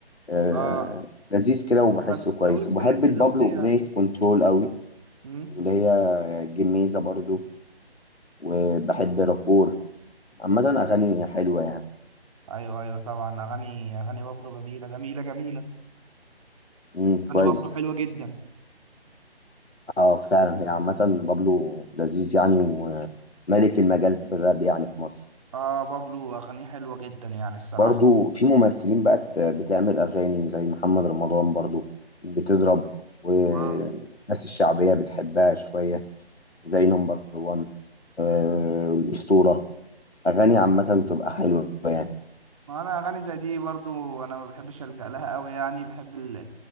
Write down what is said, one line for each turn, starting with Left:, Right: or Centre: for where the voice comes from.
Left: آه،
Right: آه
Left: لذيذ كده وبحسه
Right: بس
Left: كويس
Right: ويجز
Left: بحب
Right: منزل
Left: بابلو
Right: أغنية
Left: اغنيه كنترول قوي
Right: مم.
Left: واللي هي جميزه برضو وبحب راكور عامه اغاني حلوه يعني
Right: ايوه ايوه طبعا اغاني اغاني بابلو جميله جميله جميله
Left: امم
Right: اغاني
Left: كويس
Right: بابلو حلوه جدا
Left: اه فعلا هي عامة بابلو لذيذ يعني وملك المجال في الراب يعني في مصر
Right: اه بابلو اغانيه حلوه جدا يعني الصراحه
Left: برضو في ممثلين بقت بتعمل أغاني زي محمد رمضان برضو بتضرب والناس
Right: وال-
Left: الشعبية بتحبها شوية زي نمبر وان آه الأسطورة أغاني عامة بتبقى حلوة يعني
Right: وانا اغاني زي دي برضو انا ما بحبش الجا لها قوي يعني بحب ال-